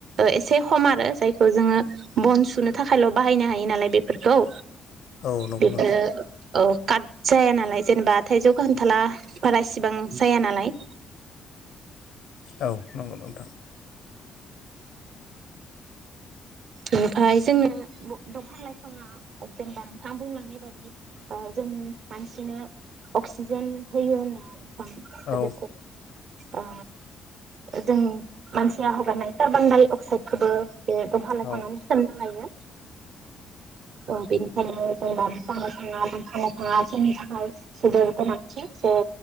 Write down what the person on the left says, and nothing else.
औ नंगौ
नोंथां
औ नंगौ नोंथां <unintelligible> <inaudible>
औ
औ